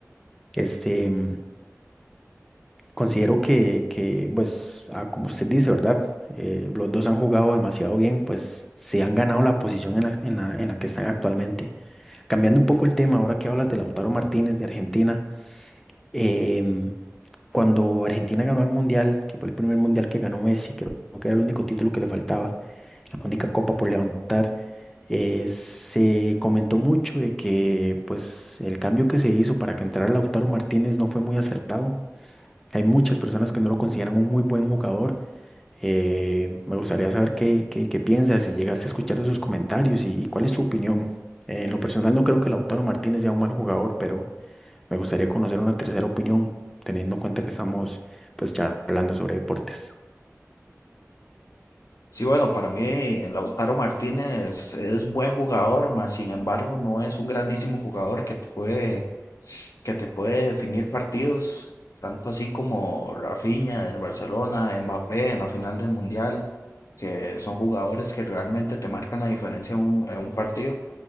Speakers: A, in the centre; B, on the left (about 75°).
A: Este, mm, considero que, que, pues, ah, como usted dice, ¿verdad? Eh, los dos han jugado demasiado bien, pues se han ganado la posición en la, en la, en la que están actualmente. Cambiando un poco el tema, ahora que hablas de Lautaro Martínez de Argentina, eh, Cuando Argentina ganó el Mundial, que fue el primer Mundial que ganó Messi, creo que era el único título que le faltaba, la única copa por levantar, eh, se comentó mucho de que pues el cambio que se hizo para que entrara Lautaro Martínez no fue muy acertado. Hay muchas personas que no lo consideran un muy buen jugador. Eh, me gustaría saber qué, qué, qué piensas, si llegaste a escuchar esos comentarios y, y cuál es tu opinión. en lo personal no creo que Lautaro Martínez sea un mal jugador, pero me gustaría conocer una tercera opinión, teniendo en cuenta que estamos pues charlando sobre deportes.
B: Sí, bueno, para mí eh, Lautaro Martínez es buen jugador, mas sin embargo no es un grandísimo jugador que te puede, que te puede definir partidos, tanto así como Rafinha en Barcelona, Mbappé en la final del Mundial, que son jugadores que realmente te marcan la diferencia en un, en un partido